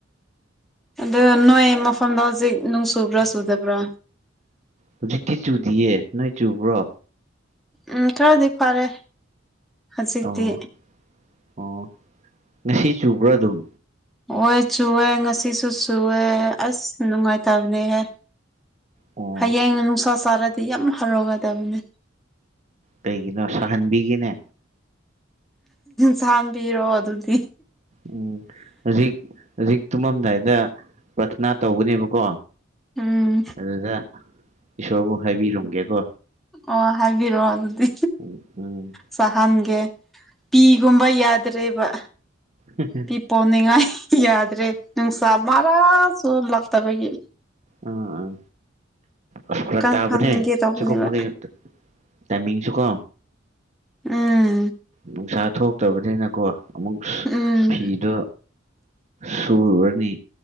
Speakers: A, in the centre; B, on the right.
A: ꯑꯗꯣ ꯅꯣꯏ ꯃꯐꯝꯗꯣ ꯍꯧꯖꯤꯛ ꯅꯣꯡ ꯆꯨꯕ꯭ꯔꯣ ꯆꯨꯗꯕ꯭ꯔꯥ
B: ꯍꯧꯖꯤꯛꯇꯤ ꯆꯨꯗꯦꯌꯦ ꯅꯣꯏ ꯆꯨꯕ꯭ꯔꯣ
A: ꯎꯝ ꯈꯔꯗꯤ ꯐꯔꯦ ꯍꯥꯖꯤꯛꯇꯤ
B: ꯑꯣ ꯑꯣ ꯉꯁꯤ ꯆꯨꯕ꯭ꯔꯥ ꯑꯗꯨꯝ
A: ꯍꯣꯏ ꯆꯨꯌꯦ ꯉꯁꯤꯁꯨ ꯆꯨꯌꯦ ꯑꯁ ꯅꯨꯡꯉꯥꯏꯇꯕ ꯍꯦ
B: ꯑꯣ
A: ꯍꯌꯦꯡ ꯅꯨꯡꯁꯥ ꯁꯥꯔꯗꯤ ꯌꯥꯝ ꯍꯔꯥꯎꯒꯗꯕꯅꯦ
B: ꯀꯩꯒꯤꯅꯣ ꯁꯥꯍꯟꯕꯤꯒꯦꯅꯦ
A: ꯁꯍꯥꯟꯕꯤꯔꯣ ꯑꯗꯨꯗꯤ
B: ꯎꯝ ꯍꯧꯖꯤꯛ ꯍꯧꯖꯤꯛ ꯇꯨꯝꯃꯝꯗꯥꯏꯗ ꯄꯔꯊꯅꯥ ꯇꯧꯒꯅꯤꯕꯀꯣ
A: ꯎꯝ
B: ꯑꯗꯨꯗ ꯏꯁꯣꯔꯕꯨ ꯍꯥꯏꯕꯤꯔꯝꯒꯦꯀꯣ
A: ꯑꯣ ꯍꯥꯏꯕꯤꯔꯣ ꯑꯗꯨꯗꯤ
B: ꯎꯝ ꯅꯪ
A: ꯁꯍꯟꯒꯦ ꯄꯤꯒꯨꯝꯕ ꯌꯥꯗ꯭ꯔꯦꯕ
B: ꯍꯤ
A: ꯄꯤ ꯄꯣꯟꯅꯤꯡꯉꯥꯏ ꯌꯥꯗ꯭ꯔꯦ ꯅꯨꯡꯁꯥ ꯃꯔꯥꯁꯨ ꯂꯛꯇꯕꯒꯤ
B: ꯑꯥ ꯑꯥ ꯑꯁ ꯐꯔꯛ
A: ꯀꯪꯍꯟꯒꯦ
B: ꯇꯥꯕꯅꯦ
A: ꯇꯧꯕꯅꯦꯕ
B: ꯁꯤꯀꯨꯝꯕꯒꯤ ꯇꯥꯏꯃꯤꯡꯁꯨꯀꯣ
A: ꯎꯝ
B: ꯅꯨꯡꯁꯥ ꯊꯣꯛꯇꯕꯅꯤꯅꯀꯣ ꯑꯃꯨꯛ
A: ꯎꯝ
B: ꯐꯤꯗꯣ ꯁꯨꯔꯨꯔꯅꯤ